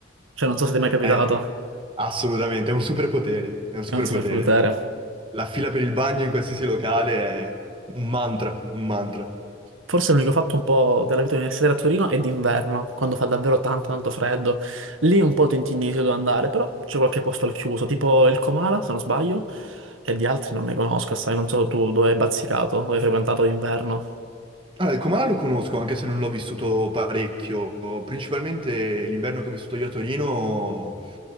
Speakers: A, on the right; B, on the right.
A: Cioè, non so se ti è mai capitato.
B: è assolutamente, è un superpotere, è un superpotere.
A: È un superpotere.
B: La fila per il bagno in qualsiasi locale è un mantra, un mantra.
A: Forse l'unico fatto un po' della vita universitaria a Torino è d'inverno, quando fa davvero tanto, tanto freddo. Lì un po' ti intinisci dove andare, però c'è qualche posto al chiuso, tipo il Comala, se non sbaglio, e di altri non ne conosco, sai, non so tu dove hai bazzicato, dove hai frequentato d'inverno.
B: Allora, il Comala lo conosco, anche se non l'ho vissuto parecchio. Principalmente l'inverno che ho vissuto io a Torino,